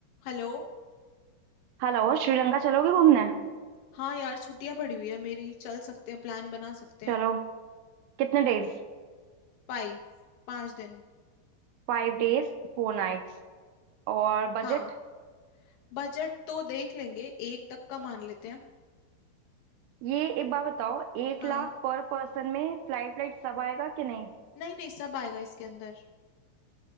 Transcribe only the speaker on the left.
Hello
हाँ यार छुट्टियां पड़ी हुई है मेरी चल सकते हैं प्लान बना सकते हैं
फाइव पाँच दिन
हाँ बजट तो देख लेंगे एक तक का मान लेते हैं
हाँ
नहीं नहीं सब आएगा इसके अंदर